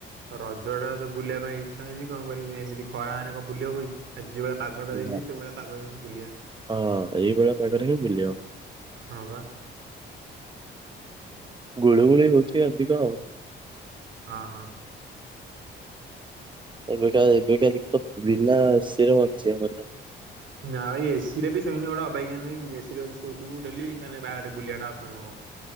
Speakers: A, on the right; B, on the right.
A: ରଜ ଟା ତ ବୁଲିବା ପାଇଁ ଇଛା ହଉଛି କଣ କରିବି, ଏମିତି ଖରା ହେନେ କଣ ବୁଲି ହବ କି ଆ ଯୁଆ ପାଗଟେ ଦେଇଛି
B: ନା।
A: ସେଇଭଳିଆ ପାଗ ହେଲେ ବୁଲିଆ।
B: ହଁ ଏଇଭଳିଆ ପାଗରେ ହିଁ ବୁଲିଅ।
A: ହଁ ବା।
B: ଗୁଳି ଗୁଳି ହଉଚି ଅଧିକ ଆଉ।
A: ହଁ ହଁ।
B: ଏବେକା ଏବେକା ଭିନ୍ନ <unintelligible> ଆମର।
A: ନା ଏଇ ଏସି ରେ ସୋଇନେ ଗୋଟେ ଅବାଗିଆ ନୁହଁ କି, ଏସିରେ ଯଦି ଶୋଉଥିବୁ ଡେଲି, ତାହେଲେ ବାହରେ ବୁଲିବାଟା ଅସମ୍ଭବ।